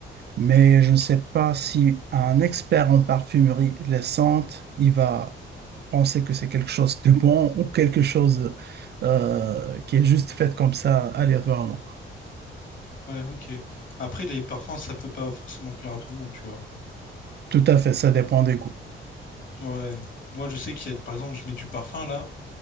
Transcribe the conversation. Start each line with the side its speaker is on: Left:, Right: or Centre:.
Right: Mais
Left: Mhm.
Right: je ne sais pas si un expert en parfumerie les sente, il va penser que c'est quelque chose de bon ou quelque chose euh, qui est juste fait comme ça aléatoirement.
Left: Ouais, ok. Après, les parfums, ça peut pas forcément plaire à tout le monde, tu vois.
Right: Tout à fait, ça dépend des goûts.
Left: Ouais. Moi, je sais qu'il y a, des- par exemple, je mets du parfum là.